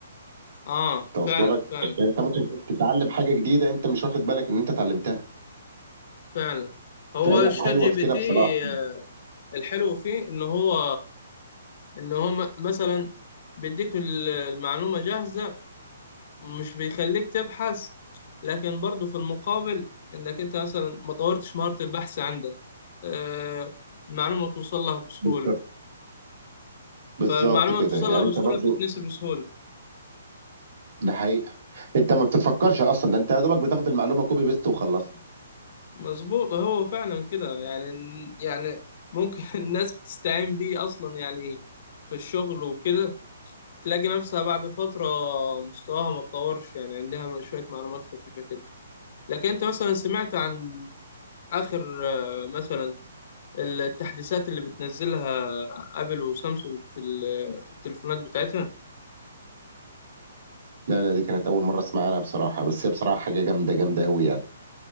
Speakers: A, on the left (about 45°); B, on the right (about 60°).
A: اه
B: انت واصله
A: فعلا
B: لك
A: فعلا
B: يعني انت ممكن تتعلم حاجه جديده انت مش واخد بالك ان انت اتعلمتها
A: فعلا هو
B: فهي
A: الشات
B: حلوه
A: جي
B: في
A: بي
B: كده
A: تي
B: بصراحه
A: آه، الحلو فيه ان هو ان هو م- مثلا بيديك ال- المعلومة جاهزة مش بيخليك تبحث لكن برضو في المقابل انك انت مثلا ما طورتش مهارة البحث عندك آه المعلومة توصل لها بسهولة
B: بالظبط بالظبط
A: فالمعلومة
B: كده
A: اللي توصل
B: يعني
A: لها بسهولة
B: انت برضو
A: بتتنسي بسهولة
B: ده حقيقه انت ما بتفكرش اصلا ده انت يا دوبك بتاخد المعلومه كوبي بيست وخلصنا
A: مظبوط هو فعلا كده يعني يعني ممكن <laughs> الناس بتستعين بيه اصلا يعني في الشغل وكده تلاقي نفسها بعد فترة مستواها ما اتطورش يعني عندها شوية معلومات خفيفة كده لكن أنت مثلا سمعت عن آخر آه، مثلا التحديثات اللي بتنزلها آبل وسامسونج في ال- في التليفونات بتاعتها
B: لا لا دي كانت اول مره اسمع عنها بصراحه بس هي بصراحه حاجه جامده جامده قوي يعني